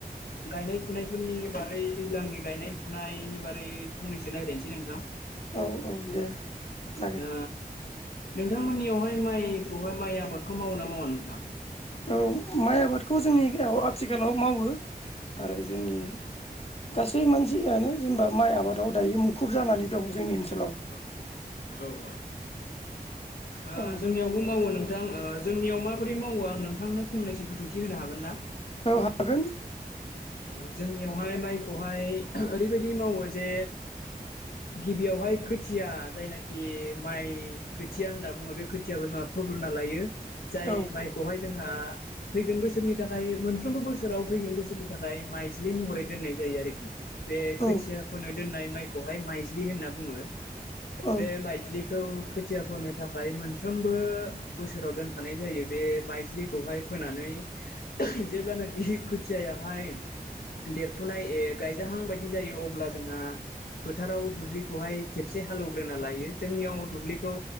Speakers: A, on the left (about 75°); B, on the left (about 40°).
A: गायनाय फुनायफोरनि बागै दैज्लांनि गायनाय फुनायनि बारै फंनैसो रायलायसै नोंथां। <inaudible>
B: औ औ दे। जागोन
A: ओ नोंथांमोननियावहाय माइखौहाय माइ आबादखौ मावो ना मावा नोंथां।
B: औ माइ आबादखौ जोंनिआव आथिखालाव मावो। आरो जोंनि गासै मानसियानो जेनेबा माइ आबादाव दायो मुख खुब जानानै दं जोंनि ओनसोलाव
A: औ औ औ औ ओ
B: औ
A: जोंनियावबो मावो नोंथां। ओ जोंनियाव माबोरै मावो आं नोंथांनो फंनैसो बिदिन्थि होनो हागोन ना।
B: औ हागोन।
A: ओ जोंनियावहाय माइखौहाय ओरैबायदि मावो जे गिबियावहाय खोथिया जायनाखि माइ खोथिया होनना बुङो बे खोथियाखौ जोंहा फुग्रोना लायो। जाय
B: औ
A: माइखौहाय जोंहा फैगोन बोसोरनि थाखाय मोनफ्रोमबो बोसोराव फैगोन बोसोरनि थाखाय माइज्लि महरै दोननाय जायो आरोखि बे खोथिया
B: औ
A: फोनायनि दोननाय माइखौहाय माइज्लि होनना बुङो
B: औ
A: बे माइज्लि खौ खोथिया फोनो थाखाय मोनफ्रोमबो बोसोराव दोनखानाय जायो बे माइज्लिखौहाय फोनानै जेब्लानाखि खोथियायाहाय देरफुनाय गायजाहां बायदि जायो अब्ला जोंहा फोथाराव दुब्लिखौहाय खेबसे हालौवग्रोना लायो जोंनियाव दुब्लिखौ